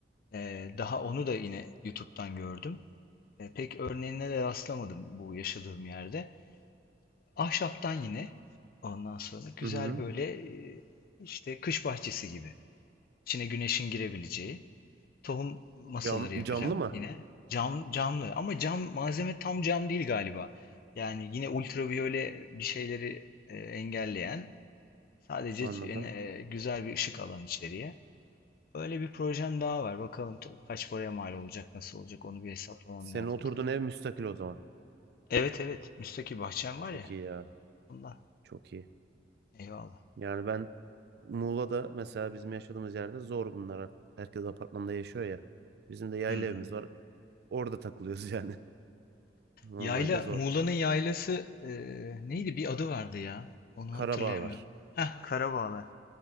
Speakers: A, on the left (about 50°); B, on the right (about 60°).
A: E, daha onu da yine YouTube'dan gördüm. E, pek örneğine de rastlamadım bu yaşadığım yerde. Ahşaptan yine ondan sonra güzel
B: Hı hı.
A: böyle e, işte kış bahçesi gibi. İçine güneşin girebileceği. Tohum masaları
B: Cam,
A: yapacağım
B: camlı mı?
A: yine. Cam, camlı ama cam malzeme tam cam değil galiba. Yani yine ultraviyole bir şeyleri e, engelleyen sadece
B: Anladım.
A: c- e, güzel bir ışık alan içeriye. Öyle bir projem daha var. Bakalım t- kaç paraya mal olacak, nasıl olacak onu bir hesaplamam
B: Senin
A: lazım
B: oturduğun
A: tabii.
B: ev müstakil o zaman.
A: Evet evet müstakil bahçem var
B: Çok
A: ya
B: iyi ya.
A: ondan.
B: Çok iyi.
A: Eyvallah.
B: Yani ben Muğla'da mesela bizim yaşadığımız yerde zor bunlar artık. Herkes apartmanda yaşıyor ya. Bizim de yayla
A: Hı. hı.
B: evimiz var. Orada takılıyoruz yani. <laughs> Normalde
A: Yayla,
B: zor.
A: Muğla'nın yaylası e, neydi? Bir adı vardı ya. Onu
B: Karabağlar.
A: hatırlayamıyorum. Heh, Karabağlar.